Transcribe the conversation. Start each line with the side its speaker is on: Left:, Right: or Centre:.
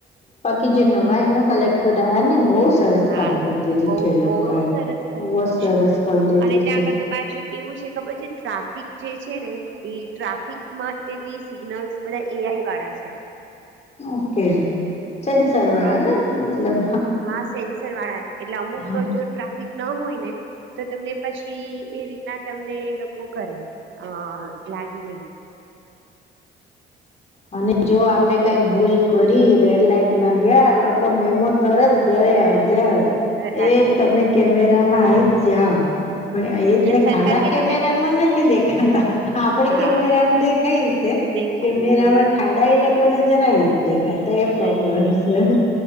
Left: બાકી જે નવા એ કલેક્ટર આવ્યા ને બહુ સરસ
Right: હા
Left: કામ કરી દિધું
Right: બહુ
Left: છે એ લોકોએ
Right: બહુ સરસ કરી દીધું
Left: સરસ
Right: છે
Left: કરી દીધું
Right: અને ત્યાં
Left: છે.
Right: આગળ તો પાછું કેવું છે ખબર છે ટ્રાફિક જે છે ને? એ ટ્રાફિકમાં તે બી સિગ્નલ્સ બધા એ આઈ વાળા છે.
Left: ઓકે સેન્સર વાળા
Right: હા
Left: ને મતલબ
Right: હા સેન્સર વાળા, એટલે અમુક
Left: હા
Right: જો ટ્રાફિક ન હોય ને તો તમને પછી એ રીતના તમને એ લોકો કરે. હ લાગી નઈ.
Left: અને જો આપડે કઈક ભૂલ કરી, રેડ લાઈટમાં ગયા તો, તમે મો તરત ગળે હાજર
Right: ઘર આવી
Left: એ
Right: જાય
Left: તમે કેમેરા માં આવી જ જાઓ.
Right: હમ
Left: પણ
Right: એટલે
Left: એને
Right: સરકાર
Left: ખાડા
Right: કે
Left: કેમેરામાં
Right: તમે
Left: નથી દેખાતા આપડે
Right: હા
Left: કેમેરામાં દેખાય છે.
Right: દેખાય
Left: મેરામાં
Right: જોઈએ
Left: ખાડા એ લખવા ને જરાય નથી દેખા. તે પ્રોબ્લેમ
Right: નથી દેખાતા
Left: છે.